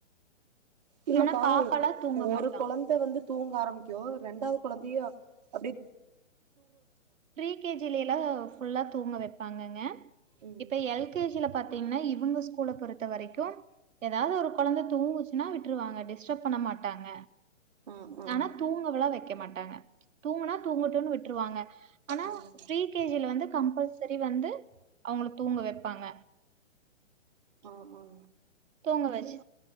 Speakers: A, on the right (about 35°); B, on the right (about 80°).
A: இல்லப்பா
B: ஆனா பாப்பாலா தூங்க
A: ஒரு
B: மாட்டா.
A: கொழந்தை வந்து தூங்க ஆரம்பிக்கும் ரெண்டாவது கொழந்தையும் அப்டே
B: பி ரீ கே ஜ்ல்லைலா ஃபுல்லா தூங்க வைப்பாங்கங்க
A: ம்
B: இப்ப எல் கே ஜி ல பாத்தீங்கன்னா இவங்க ஸ்கூல பொறுத்த வரைக்கும் ஏதாவது ஒரு கொழந்தை தூங்குச்சுன்னா விட்டுருவாங்க டிஸ்டர்ப் பண்ண மாட்டாங்க
A: ம் ம்
B: ஆனா தூங்கலாம் வைக்க மாட்டாங்க தூங்கனா தூங்கட்டும்ன்னு விட் டுருவாங்க ஆனா
A: ம்
B: ப்ரீக் கே ஜில வந்து கம்பல்சரி வந்து அவங்கள தூங்க வைப்பாங்க
A: ஆம்மாம்மா
B: தூங்க வச்சு